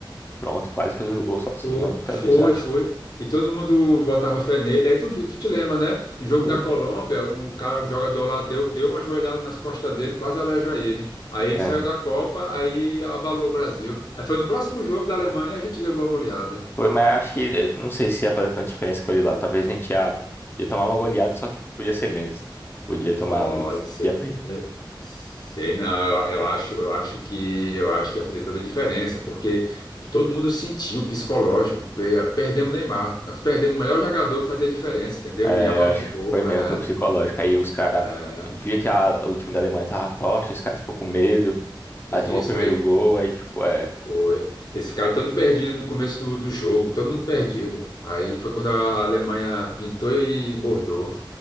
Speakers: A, on the left (about 25°); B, on the left (about 55°).
A: pronto, quase fez o gol sozinho,
B: fo-
A: era muito
B: foi,
A: bizarro.
B: foi. E todo mundo botava fé nele. Aí tu, vi- tu te lembra, né? No jogo
A: Foi.
B: da Colômbia, um cara, um jogador lá deu, deu uma ajoelhada nas costas dele, quase aleja ele. Aí ele
A: É.
B: saiu da Copa, aí abalou o Brasil. Aí foi no próximo jogo da Alemanha, a gente levou a goleada.
A: Foi, mas acho que eh, não sei se ia fazer tanta diferença com ele lá. Talvez a gente ia, ia tomar uma goleada, só que podia ser menos. Podia tomar
B: Olha,
A: muito,
B: você
A: ia perder.
B: eu- sei não, eu, eu acho, eu acho que eu acho que ia fazer toda a diferença, porque todo mundo sentiu o psicológico, pe- perdemos o Neymar, nós perdemos o melhor jogador que fazia a diferença, entendeu?
A: É,
B: E abalou
A: eu acho
B: um pouco,
A: que foi mesmo,
B: é,
A: foi psicológico. Aí os caras
B: é,
A: via que a, o time da Alemanha tava forte, os caras ficou com medo.
B: e
A: Aí tomou
B: isso
A: o primeiro
B: aí
A: gol, aí ficou, é.
B: foi. Esse cara todo perdido no começo do, do jogo, todo mundo perdido. Aí foi quando a Alemanha pintou e bordou.